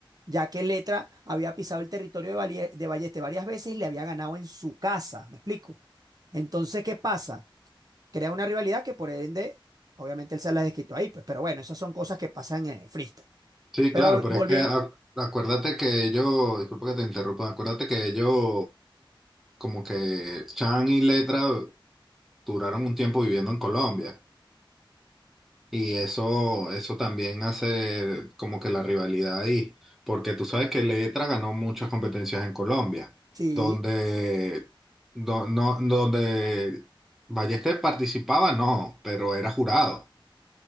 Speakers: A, on the right; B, in the centre.
A: ya que Letra había pisado el territorio de, Valie- de Ballester varias veces y le había ganado en su casa, ¿me explico? Entonces, ¿qué pasa? crea una rivalidad que por ende, obviamente él se las desquitó ahí, pues, pero bueno, esas son cosas que pasan en el freestyle.
B: Sí,
A: Pero
B: claro, pero
A: volviendo,
B: es que ac- acuérdate que ellos, disculpa que te interrumpa, acuérdate que ellos, como que Chan y Letra duraron un tiempo viviendo en Colombia. Y eso, eso también hace como que la rivalidad ahí, porque tú sabes que Letra ganó muchas competencias en Colombia,
A: sí,
B: donde, do- no, donde Ballester participaba, no, pero era jurado.